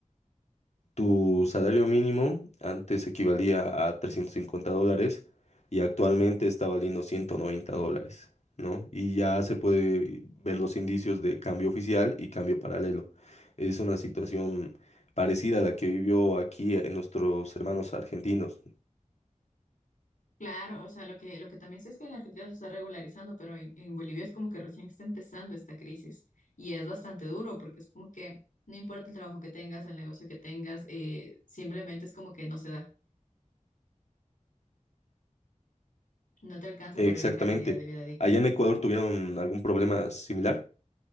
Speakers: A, on the left; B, on the left.
A: tu salario mínimo antes equivalía a 350 dólares y actualmente está valiendo 190 dólares, ¿no? Y ya se puede ver los indicios de cambio oficial y cambio paralelo. Es una situación parecida a la que vivió aquí eh, nuestros hermanos argentinos.
B: Claro, o sea, lo que, lo que también sé es que en Argentina se está regularizando, pero en, en Bolivia es como que recién está empezando esta crisis y es bastante duro porque es como que no importa el trabajo que tengas, el negocio que tengas, eh, simplemente es como que no se da. No te alcanza
A: Exactamente.
B: para vivir una calidad de vida digna.
A: ¿Allá en Ecuador tuvieron algún problema similar?